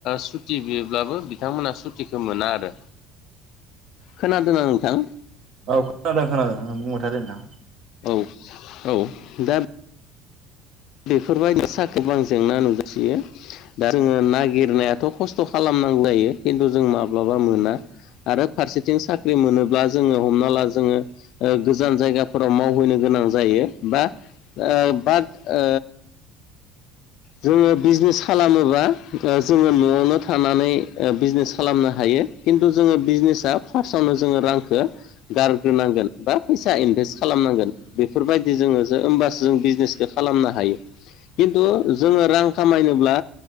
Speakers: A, on the left; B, on the right.
A: सुटि बियोब्लाबो बिथांमोना सुटिखौ मोना आरो खोनादोंना नोंथां
B: औ खोनादों खोनादों बुंबाय थारादों
A: औ औ दा बेफोरबायदि साहाखौबो आं जेंना नुगासियो दा जोंङो नागिरनायाथ' खस्थ' खालामो नां जायो खिन्थु जों माब्लाबा मोना आरो फारसेथिं साख्रि मोनोब्ला जोंङो हमना ला जोंङो गोजान जायगाफोराव मावहैनो गोनां गोनां जायो बा ओ बाद ओ जोङो बिजनेस खालामोबा जोङो न'आवनो थानानै बिजनेस खालामनो हा यो खिनथु जोङो बिजनेस फार्स्टआवनो जोङो रांखौ गारग्रोनांगोन बा फैसा इनभेस्ट खालामनांगोन बेफोरबायदि जोङो होमबासो जों बिजनेसखौ खालामनो हायो खिन्थु जोङो रां खामायनोब्ला